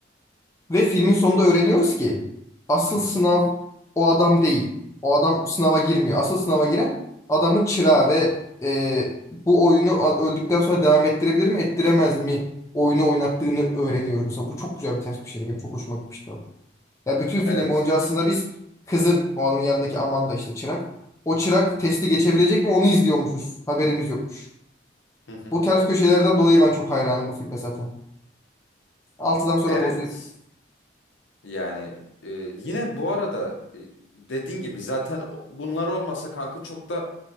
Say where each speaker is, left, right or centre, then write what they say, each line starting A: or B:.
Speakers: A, on the left; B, on the left.
A: Ve filmin sonunda öğreniyoruz ki asıl sınav o adam değil. O adam sınava girmiyor. Asıl sınava giren adamın çırağı ve e, bu oyunu a- öldükten sonra devam ettirebilir mi, ettiremez mi? Oyunu oynattığını öğreniyoruz mesela. Bu çok güzel bir ters bir şeydi. Benim çok hoşuma gitmişti o. Ya bütün film
B: Evet.
A: boyunca aslında biz kızın, o onun yanındaki Amanda işte çırak. O çırak testi geçebilecek mi onu izliyormuşuz. Haberimiz yokmuş.
B: Hı hı.
A: Bu ters köşelerden dolayı ben çok hayranım bu filme zaten. Altıdan sonra
B: Evet.
A: bozuyor.
B: Yani e, yine bu arada e, dediğin gibi zaten o- bunlar olmasa kanka çok da